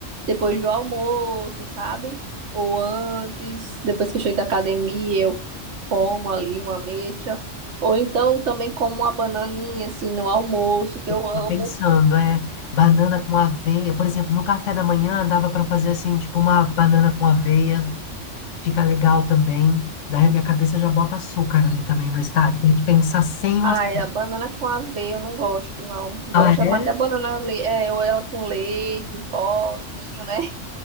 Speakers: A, on the right (about 70°); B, on the left (about 80°).
A: depois do almoço, sabe? Ou antes, depois que eu chego da academia, eu como ali uma ameixa. Ou então eu também como uma bananinha, assim, no almoço, que
B: Eu
A: eu amo.
B: tava pensando, é, banana com aveia. Por exemplo, no café da manhã dava pra fazer assim, tipo uma banana com aveia. Fica legal também. Daí a minha cabeça já bota açúcar ali também, mas tá, tem que pensar sem o
A: Ai,
B: açúcar.
A: a banana com aveia eu não gosto, não. Gosto
B: Ah, é?
A: é mais da banana, le- é, ou ela com leite, em pozinho, né?